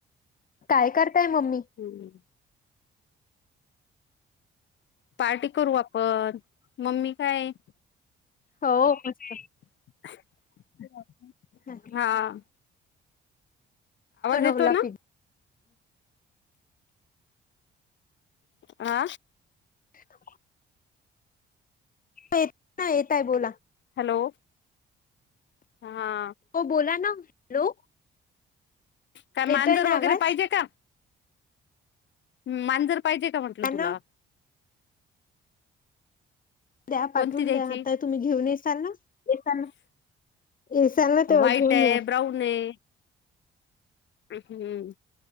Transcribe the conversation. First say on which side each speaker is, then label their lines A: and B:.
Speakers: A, on the left; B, on the left.
A: काय करताय मम्मी
B: हम्म पार्टी करू आपण मम्मी काय
A: हो मस्त
B: <unintelligible>
A: नक्की
B: हां
A: बनवला
B: येतो ना
A: पि
B: आ
A: <inaudible> येतंय येतय बोला
B: हॅलो हा
A: हो बोला ना हॅलो
B: काय मांजर
A: येतोय ना
B: वगैरे
A: आवाज
B: पाहिजे का? मांजर पाहिजे का म्हटलं
A: द्या
B: तुला
A: ना द्या
B: कोणती
A: पाठवून
B: द्यायची?
A: द्या आता तुम्ही घेऊन येसाल ना येसाल येसाल तेव्हा
B: व्हाईट
A: घेऊन
B: आहे
A: या
B: ब्राऊन आहे. हम्म